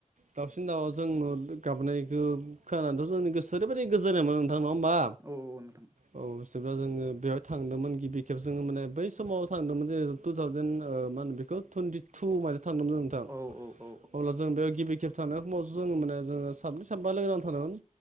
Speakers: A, on the right (about 70°); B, on the right (about 20°).
A: दावसिन दाउलाजों गाबनायखौ खोनानानैथ' जोंनि गोसोआ ओरैबायदि गोजोननाय मोनो नोंथां नङा ओमबा
B: औ औ औ नोंथां
A: औ जेब्ला जोङो बेवहाय थांदोंमोन गिबि खेब जोङो माने बै समाव थांदोंमोन जे टु थावजेेन ओ मा होनो बेखौ टुनटि टु मादे थांदोंमोन नोंथां
B: औ औ
A: अब्ला जों बेयाव गिबि खेब थांनाय समावसो जों माने जोङो साब्रै साब्बासो लोगोनांना थांदोंमोन